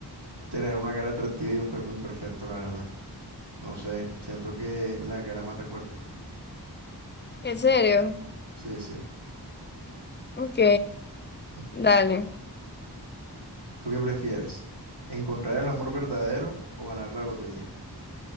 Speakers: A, on the right; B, on the left.
A: tener una cara atractiva y un cuerpo imperfecto, la verdad. No sé, siento que la cara mata cuerpo.
B: ¿En serio?
A: Sí, sí.
B: Ok,
A: <laughs>
B: dale.
A: ¿Tú qué prefieres? ¿Encontrar el amor verdadero o ganar la lotería?